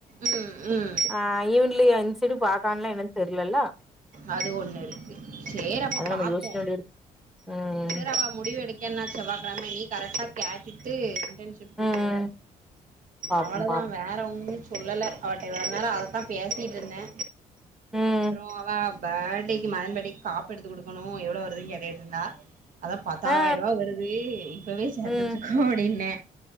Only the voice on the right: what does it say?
ம் ம்
அது ஒன்னு இருக்கு சேர் அப்ப
பாப்போ
சேரி அவ முடிவு எடுக்கேன்னா செவ்வா கெழம நீ கரெக்டா கேட்டுட்டு இன்டன்ஷிப்கு
போ
அவளதா
வேற ஒன்னுச் சொல்லல அவட்ட இவ்ளோ நேர அதத்தா பேசிட்ருந்தே
அப்றோ அவ பேர்டேக்கு மதன் பேர்டேக்கு காப்பெடுத்து குடுக்கணு எவ்ளோ வருதுன் கேட்டுட்டு இருந்தா அதா பத்தாயிர்ரூவா
வருது இப்பவே சேத்து
வச்சுக்கோ அப்டின்னே